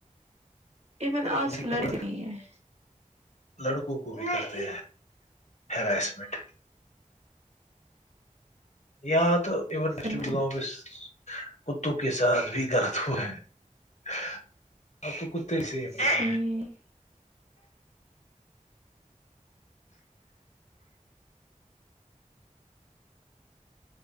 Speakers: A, on the right; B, on the left.
A: ایون
B: ارے
A: آج
B: لڑکیاں
A: کی لڑکی نہیں ہے
B: لڑکوں کو بھی کرتے ہیں ہرائسمنٹ یہاں تو اون <unintelligible>
A: صحیح میں
B: کتوں کے ساتھ بھی غلط ہورہا ہے یہاں تو کتے سیف نہیں
A: صحیح
B: ہے